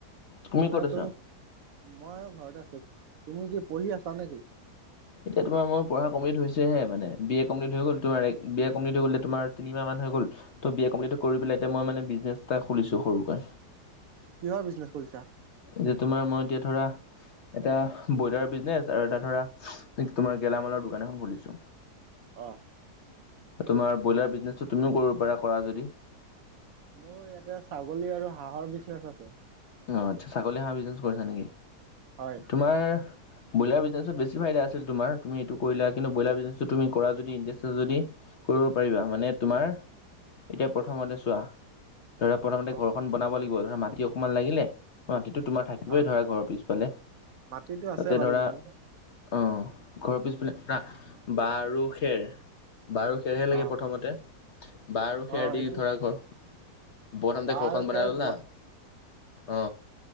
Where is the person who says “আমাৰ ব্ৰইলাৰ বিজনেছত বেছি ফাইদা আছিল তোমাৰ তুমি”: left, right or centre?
Left